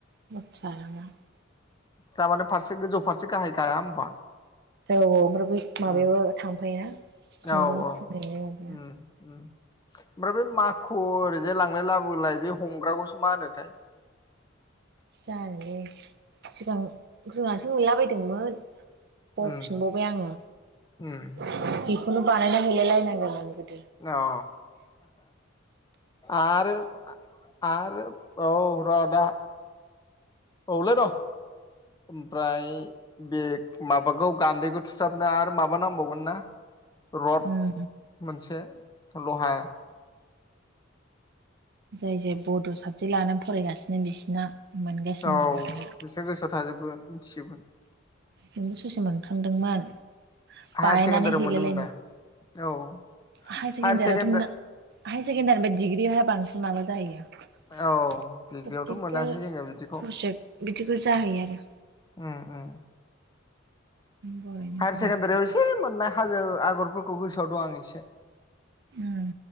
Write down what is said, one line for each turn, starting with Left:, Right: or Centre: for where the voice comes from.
Right: <unintelligible>
Left: थारमाने फारसे गोजौ फारसे गाहाय गाया होमबा
Right: औ औ ओमफ्राय बै माबायाबो
Left: उम
Right: थांफायोना खुन्दुं
Left: औ औ
Right: सिनाय माबाया
Left: उम उम ओमफ्राय बे माखु ओरैजाय लांलाय लाबोलाय बे हमग्राखौसो मा होनोथाय <inaudible>
Right: जानोलै सिगां जेङासो मोनला बायदोंमोन बफिनबावबाय
Left: उम
Right: आङो
Left: उम
Right: <unintelligible> बेखौनो बानायना हैलाय लायनांगोनमोन गो
Left: औ आरो आरो औ र'दा औलै र' ओमफ्राय बे माबाखौ गान्दैखौ थुसाबनो आरो माबा नांबावगोन ना र'ड
Right: ओं
Left: मोनसे ल'हा
Right: जाय जाय बड' साबजेक्ट लानानै फरायगासिनो बिसिना मोनगासिनो
Left: औ
Right: दं दानिया
Left: बिसोर गोसोआव थाजोबगोन मिथिजोबगोन।
Right: जोंबो ससे मोनखांदोंमोन
Left: हायार
Right: बानायनानै
Left: सेकेण्डारियाव
Right: हैलाय
Left: मोनोमोन
Right: लायनो
Left: दा औ
Right: हाय सेकणडारियावाथ'
Left: हायार सेकेणडारि
Right: हाय सेकणडारि दिग्रि बांसिन माबा जायो प्रेक्टिकेल
Left: औ डिग्रियावथ' मोनासै जोङो बिदिखौ
Right: प्रजेक बिदिखौ जाहैयो आरो
Left: उम उम
Right: बर'नि
Left: हायार
Right: गुबै
Left: सेकेण्डारियाव
Right: जायो।
Left: एसे मोननाय हाजो आगरफोरखौ गोसोआव दं आं एसे
Right: उम